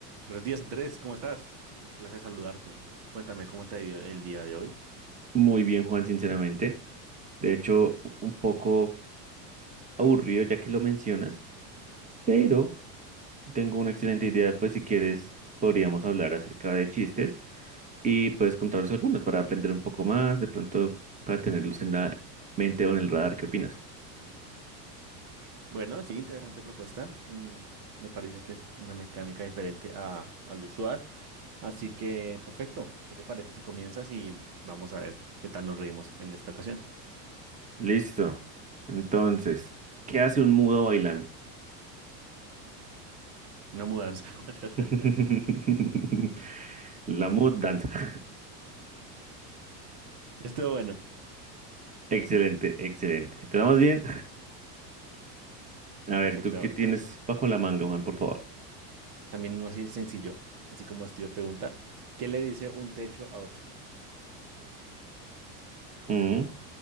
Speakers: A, on the right (about 65°); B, on the right (about 15°).
A: Buenos días, Andrés, ¿cómo estás? Me place saludarte. Cuéntame, ¿cómo te ha ido el día de hoy?
B: Muy bien, Juan, sinceramente. De hecho, un poco aburrido ya que lo mencionas, pero tengo una excelente idea, pues si quieres podríamos hablar acerca de chistes y puedes contarnos algunos para aprender un poco más, de pronto para tenerlos en la mente o en el radar. ¿Qué opinas?
A: Bueno, sí, interesante propuesta. Mm, Me parece que es una mecánica diferente a, al usual. Así que, perfecto. ¿Qué te parece si comienzas y vamos a ver qué tal nos reímos en esta ocasión?
B: Listo. Entonces, ¿qué hace un mudo bailando?
A: Una mudanza. <laughs>
B: <laughs> La mood danza. <laughs>
A: Estuvo bueno.
B: Excelente, excelente. ¿Empezamos bien? <laughs> A ver,
A: Perfecto.
B: ¿tú qué
A: A
B: tienes
A: ver,
B: bajo la manga, Juan, por favor?
A: También uno así sencillo, así como estilo pregunta. ¿Qué le dice un techo a otro?
B: Mm.